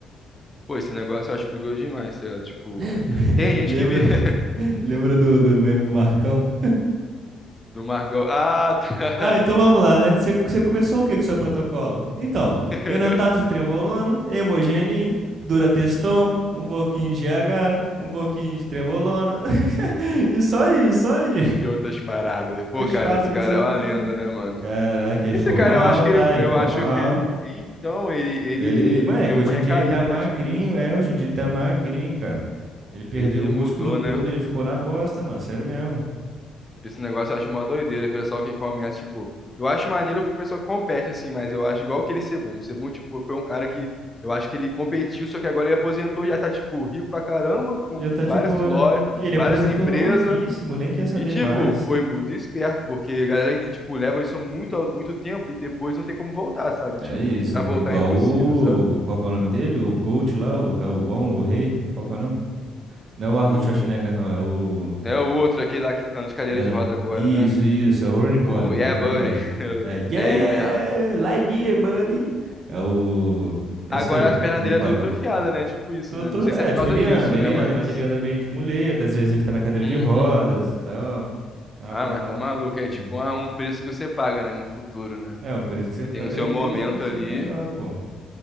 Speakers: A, on the left; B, on the right.
A: esse negócio eu acho perigoso demais, sério. Tipo,
B: <laughs>
A: tem gente
B: Lembra,
A: que vi <laughs>
B: lembra do, do meme do Marcão?
A: do Marcão. Ah, tá.
B: Ah, então vamos lá, né? Você você começou o que com o seu protocolo? Então,
A: <laughs>
B: enantato de trembolona, hemogenin, durateston, um pouquinho de H, um pouquinho de trembolona. <laughs> E só aí, só aí.
A: E outras paradas.
B: Fosfato,
A: Pô, cara, esse
B: não
A: cara
B: sei.
A: é uma lenda, né, mano?
B: Caraca, ele
A: Esse
B: ficou
A: cara,
B: mal,
A: eu É, acho que
B: tá?
A: ele,
B: Ele
A: eu
B: ficou
A: acho
B: mal.
A: que ele, então, ele, ele
B: Ele, ele, mano, é
A: teve
B: que hoje
A: uma recaída,
B: em dia ele tá magrinho,
A: né? Tipo isso.
B: é, hoje em dia ele tá magrinho, cara. Ele perdeu
A: Ele
B: o músculo
A: mudou,
B: todo,
A: né?
B: ele ficou na bosta, mano, sério mesmo.
A: Esse negócio eu acho uma doideira. O pessoal que começa, tipo. Eu acho maneiro porque o pessoal compete, assim, mas eu acho igual aquele Sebum. O Sebum, tipo, foi um cara que. Eu acho que ele competiu, só que agora ele aposentou e já tá, tipo, rico pra caramba, com
B: Ele já tá de
A: várias
B: boa,
A: lojas,
B: né? E ele
A: várias
B: aposentou
A: empresas.
B: novíssimo, nem quer saber
A: E, tipo,
B: mais.
A: foi muito esperto, porque a galera, e, tipo, leva isso muito, ao- muito tempo e depois não tem como voltar, sabe?
B: É
A: Tipo,
B: isso,
A: pra voltar
B: igual
A: é impossível,
B: o...
A: sabe?
B: Qual que é o nome dele? O Gold lá, o, ca- o bom, o rei, qual que é o nome? Não é o Arnold
A: O...
B: Schwarzenegger, não, é o...
A: É o outro, aquele lá que anda de cadeira
B: É,
A: de roda agora,
B: isso,
A: né?
B: isso, é o Ronnie Coleman,
A: O Yeah
B: Ronnie
A: Buddy.
B: Coleman.
A: <laughs>
B: É, yeah,
A: É ele mesmo.
B: lie dear buddy. É o, é
A: Agora
B: isso aí,
A: as pernas
B: Ronnie
A: dele
B: Coleman.
A: é tudo atrofiada, né? Tipo isso,
B: Tu-
A: né?
B: tu-
A: Não sei
B: É,
A: se é por
B: tipo,
A: causa
B: ele
A: disso,
B: anda,
A: né?
B: ele
A: Mas.
B: anda, mas ele anda meio de muleta, às vezes ele tá na cadeira
A: Uhum.
B: de rodas, e tal. É uma
A: Ah,
B: parada
A: mas tá maluco.
B: meio
A: É
B: assim.
A: tipo
B: né?
A: ah, um preço que você paga, né? No futuro, né?
B: É, o preço que você
A: Você
B: paga
A: tem o seu
B: ali
A: momento
B: vai ser
A: ali.
B: o melhor, pô.